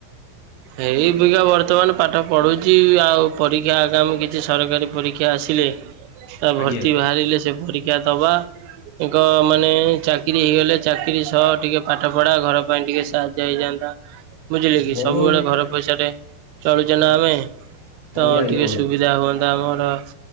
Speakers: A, on the right; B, on the left.
A: ଏଇ ବିକା ବର୍ତ୍ତମାନ ପାଠ ପଢ଼ୁଛି ଆଉ ପରୀକ୍ଷା ଆଗାମି କିଛି ସରକାରୀ ପରୀକ୍ଷା ଆସିଲେ ତା ଭର୍ତ୍ତି
B: ଆଜ୍ଞା
A: ବାହାରିଲେ ସେ ପରୀକ୍ଷା ଦବା ଏକ ମାନେ ଚାକିରୀ ହେଇଗଲେ ଚାକିରି ସହ ଟିକେ ପାଠ ପଢା ଘର ପାଇଁ ଟିକେ ସାହାଯ୍ୟ ହେଇଯାନ୍ତା। ବୁଝିଲେ କି
B: ବନ୍ଧୁ
A: ସବୁବେଳେ ଘର ପଇସା ରେ ଚଳୁ
B: ଆଜ୍ଞା
A: ଯଜନା ଆମେ
B: ଆଜ୍ଞା
A: ତ
B: ଆଜ୍ଞା
A: ଟିକେ
B: ବନ୍ଧୁ।
A: ସୁବିଧା ହୁଅନ୍ତା ଆମର